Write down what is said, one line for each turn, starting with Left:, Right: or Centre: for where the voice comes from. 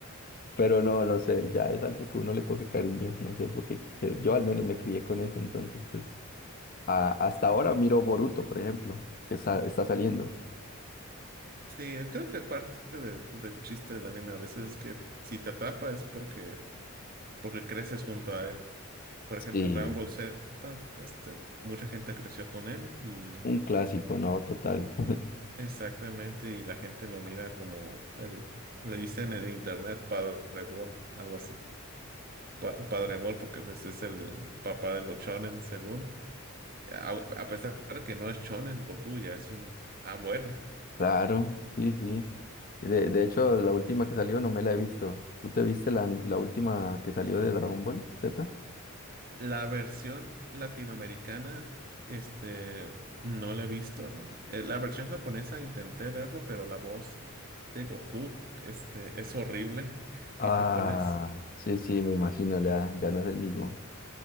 Left: Pero no, no sé, ya es algo que uno le coge cariño, no sé, porque yo al menos me crié con eso, entonces pues a- hasta ahora miro Boruto, por ejemplo, que está, está saliendo.
Right: Sí, creo que parte de- del chiste del anime a veces es que si te atrapa es porque, porque creces junto a él. Por
Left: Sí.
Right: ejemplo, Dragon Ball Z, este, mucha gente creció con él y
Left: Un clásico, ¿no? Total. <laughs>
Right: exactamente, y la gente lo mira como el, le dicen en el internet Padre Ball, algo así. Pa- Padre Ball porque pues, es el papá de los shonen, según. A, a pesar de que no es shonen, Goku ya es un abuelo.
Left: Claro, sí, sí. Y de, de hecho, la última que salió no me la he visto. ¿Tú te viste la, la última que salió de Dragon Ball Z?
Right: La versión latinoamericana, este, no la he visto. Eh, La versión japonesa intenté verlo, pero la voz de Goku, este, es horrible <laughs>
Left: Ah,
Right: en japonés.
Left: sí, sí, me imagino, ya, ya no es el mismo.